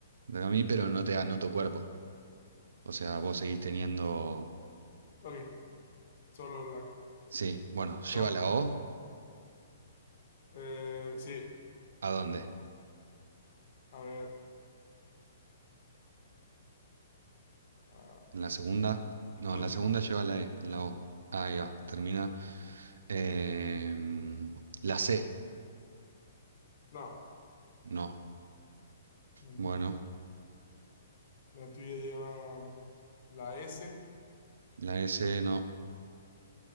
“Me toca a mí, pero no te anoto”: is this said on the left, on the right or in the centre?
Right